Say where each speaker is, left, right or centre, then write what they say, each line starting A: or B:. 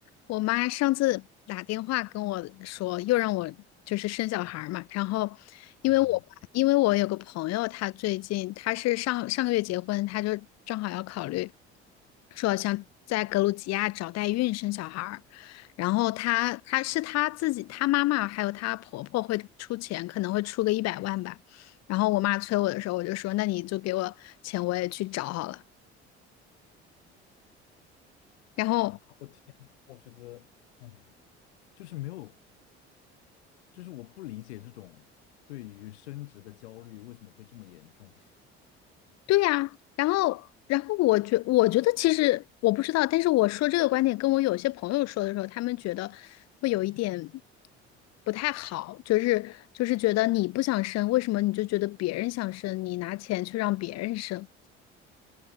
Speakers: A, on the left; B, on the left.
A: 我妈上次打电话跟我说，又让我就是生小孩儿嘛。然后，因为我爸因为我有个朋友，
B: 嗯哼。
A: 她最近她是上上个月结婚，她就正好要考虑说想在格鲁吉亚找代孕生小孩儿。然后她她是她自己，她妈妈还有她婆婆会出钱，可能会出个一百万吧。然后我妈催我的时候，我就说那你就给我钱，我也去找好了。然后。
B: 啊！我天，我觉得，嗯，就是没有，就是我不理解这种对于升职的焦虑为什么会这么严重。
A: 对呀，然后，然后我觉我觉得其实我不知道，但是我说这个观点跟我有些朋友说的时候，他们觉得会有一点不太好，就是就是觉得你不想生，为什么你就觉得别人想生，你拿钱去让别人生？